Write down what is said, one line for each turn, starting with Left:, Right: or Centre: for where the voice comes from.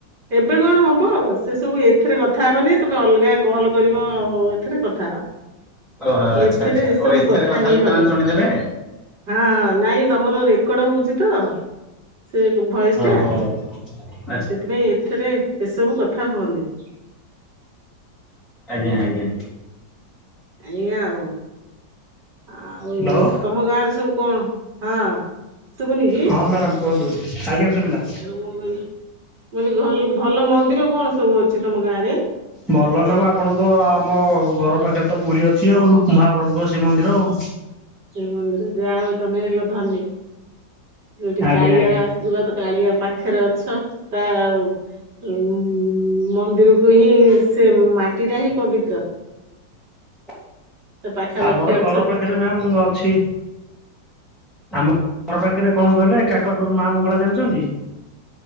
Right: ଏବେ କଣ ହବ ସେ ସବୁ ଏଥିରେ କଥା ହେବାନି ତମେ ଅଲଗା କଲ୍ କରିବ ଏଥିରେ କଥା ହବା।
Centre: ଓହୋ
Right: ଏଥିରେ
Centre: ଆଚ୍ଛା ଆଚ୍ଛା
Right: ଏସବୁ
Centre: ଓ ଏଥିରେ
Right: କଥା
Centre: ହେଲେ
Right: ହେଇ ହବନି
Centre: ସେମାନେ ଶୁଣିଦେବେ।
Right: ହଁ ହଁ ନାଇଁ ତମର ରେ। ରେକଡ୍ ହଉଛି ତ ସେ ଭୟସ
Centre: ଓହୋ।
Right: ଟା।
Centre: <inaudible>
Right: ସେଥିପାଇଁ ଏଥିରେ ଏସବୁ କଥା ହୁଅନ୍ତିନି।
Centre: ଆଜ୍ଞା ଆଜ୍ଞା।
Right: ଆଜ୍ଞା ଆଉ। ଆଉ
Centre: ହ୍ୟାଲୋ
Right: ତମ ଗାଁ ରେ ସବୁ କଣ, ହଁ ଶୁଭୁନି କି?
Centre: ହଁ ମ୍ୟାଡ଼ାମ କୁହନ୍ତୁ? ଆଜ୍ଞା ଶୁବିଲା।
Right: ମୁଁ କହିଲି, ମୁଁ କହିଲି ଭଲ ମନ୍ଦିର କଣ ସବୁ ଅଛି ତମ ଗାଁ ରେ?
Centre: ଭଲ ମ୍ୟାମ ଆପଣ ତ ଆମ ଘର ପାଖରେ ତ ପୁରୀ ଅଛି ଆଉ, ମହାପ୍ରଭୁଙ୍କ ଶ୍ରୀ ମନ୍ଦିର ଆଉ।
Right: ଶ୍ରୀମନ୍ଦିର, ଯାହା ହଉ ତମେ ହେଲ ଧନୀ, ଯୋଉଠି
Centre: ଆଜ୍ଞା
Right: କାଳିଆର
Centre: ଆଜ୍ଞା
Right: ଆସ ଆଶୀର୍ବାଦ, କାଳିଆ ପାଖରେ ଅଛ, ତା ଉ ମନ୍ଦିରକୁ ହିଁ, ସେ ମାଟି ଟା ହିଁ ପବିତ୍ର।
Centre: <unintelligible>
Right: ତ ପାଖାପାଖି
Centre: ଆମର
Right: ଅ
Centre: ଘର ପାଖରେ ମ୍ୟାମ୍ ଅଛି ଆମ ଘର ପାଖରେ କଣ କହିଲେ, ଏଇ କାକଟପୁର ମା ମଙ୍ଗଳା ଜାଣିଚନ୍ତି?